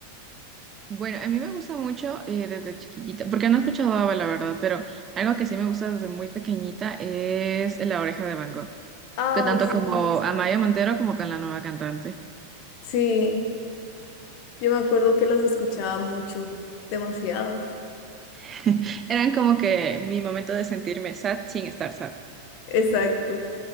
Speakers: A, on the right; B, on the left.
A: Bueno, a mí me gusta mucho eh, desde chiquitita, porque no he escuchado ABBA, la verdad, pero algo que sí me gusta desde muy pequeñita es La Oreja de Van Gogh,
B: Ay,
A: que tanto
B: sí.
A: como Amaya Montero como con la nueva cantante.
B: Sí, yo me acuerdo que las escuchaba mucho, demasiado.
A: <laughs> Eran como que mi momento de sentirme sad sin estar sad.
B: <laughs> Exacto.